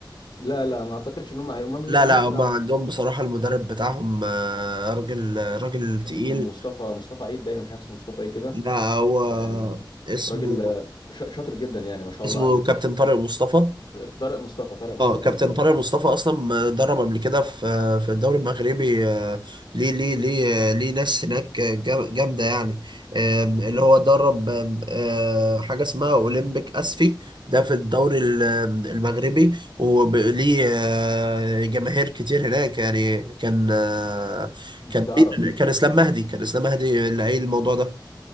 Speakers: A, on the left; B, on the right.
A: لا لا ما اعتقدش ان هم هي... ما ما
B: لا
A: لهمش
B: لا هما
A: دعوه
B: عندهم بصراحة المدرب بتاعهم آه، راجل راجل تقيل
A: اسمه مصطفى مصطفى عيد باين مش عارف اسمه مصطفى ايه كده
B: لا هو
A: آه،
B: اسمه
A: راجل آه، ش- شاطر جدا يعني ما شاء
B: اسمه
A: الله عليه
B: كابتن طارق مصطفى
A: آه، طارق مصطفى طارق مصطفى
B: اه كابتن
A: بالظبط
B: طارق مصطفى اصلا درب قبل كده في في الدوري المغربي آه، ليه ليه ليه آه، ليه ناس هناك جا- جامده يعني آم، اللي هو درب آم، آه، حاجه اسمها اولمبيك اسفي ده في الدوري ال- المغربي وليه آه، جماهير كتير هناك يعني كان آه،
A: انت
B: كان
A: تعرف
B: مين كان اسلام مهدي كان اسلام مهدي اللي قايل الموضوع ده